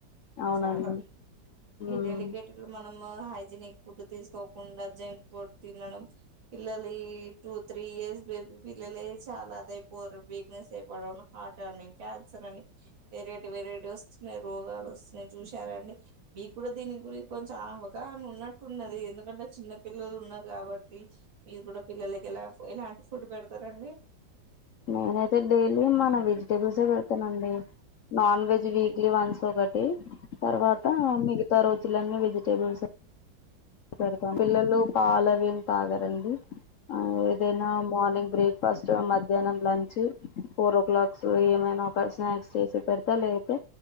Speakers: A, on the left; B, on the right.
A: అవునండి
B: చాలా ఈ
A: ఉమ్
B: డెలికేటెడ్ లో మనం హైజనిక్ ఫుడ్ తీసుకోకుండా జంక్ ఫుడ్ తినడం పిల్లలి టూ త్రీ ఇయర్స్ బేబీ పిల్లలే చాలా అదైపోయిం వీక్నెస్ అయిపోడ హార్ కానీ క్యాన్సర్ అని వెరైటీ వెరైటీ వస్తున్నాయి రోగాలు వస్తున్నాయి చూసారండి మీ కూడా దీని గురించి కొంచెం అవగా నో ఉన్నట్టున్నది ఎందుకంటే చిన్న పిల్లలు ఉన్నారు కాబట్టి మీరు కూడా పిల్లల కి ఎలా పోయిన ఫుడ్ పెడతారండి
A: నేనైతే డైలీ మన వెజిటేబుల్స్ పెడతానండి నాన్ వెజ్ వీక్లీ వన్స్ ఒకటి తర్వాత మిగతా రోజులన్నీ వెజిటేబుల్స్ పెడతాం పిల్లలు పాలు అవేం తాగరండి ఆ ఏదైనా మార్నింగ్ బ్రేక్ ఫాస్ట్ మధ్య మధ్యాహ్నం లంచ్ ఫోర్ ఓ క్లాక్ ఏమైనా ఒక స్నాక్స్ చేసి పెడతా లేపొతే